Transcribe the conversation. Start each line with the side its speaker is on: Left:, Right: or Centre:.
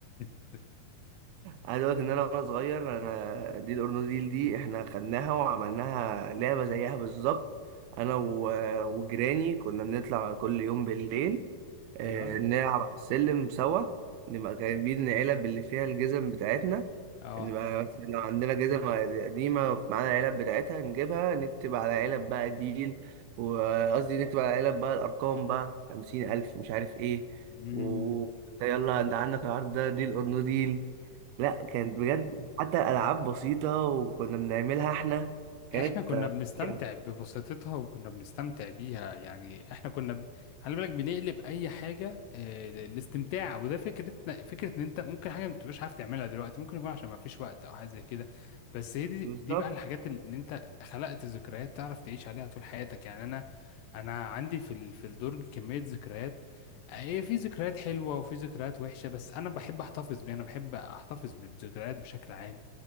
Left: <laughs>
Right: عايز اقول لك ان انا وانا صغير انا دي الاورنوديل دي احنا خدناها وعملناها لعبه زيها بالظبط انا و- وجيراني كنا بنطلع كل يوم بالليل آه،
Left: ايوه
Right: نلعب على السلم سوا نبقى جايبين علب اللي فيها الجزم بتاعتنا
Left: اه
Right: نبقى مثلا لو عندنا جزم قديمه معانا علب بتاعتها نجيبها نكتب على علب بقى ديل وقصدي نكتب على علب بقى الارقام بقى خمسين الف مش عارف ايه
Left: امم
Right: و يلا انت عندك العرض ده ديل اورنوديل لا كانت بجد حتى العاب بسيطه وكنا بنعملها احنا كانت
Left: احنا كنا
Right: آه،
Left: بنستمتع
Right: فظيعة.
Left: ببساطتها وكنا بنستمتع بيها يعني احنا كنا ب... خلي بالك بنقلب اي حاجه آه، ل- للاستمتاع وده فكرتنا فكره ان انت ممكن حاجه ما بتبقاش عارف تعملها دلوقتي ممكن يكون عشان ما فيش وقت او حاجه زي كده بس هي دي
Right: بالظبط
Left: دي بقى الحاجات اللي ان انت خلقت ذكريات تعرف تعيش عليها طول حياتك يعني انا انا عندي في ال... في الدرج كميه ذكريات هي في ذكريات حلوه وفي ذكريات وحشه بس انا بحب احتفظ بيها انا بحب احتفظ بالذكريات بشكل عام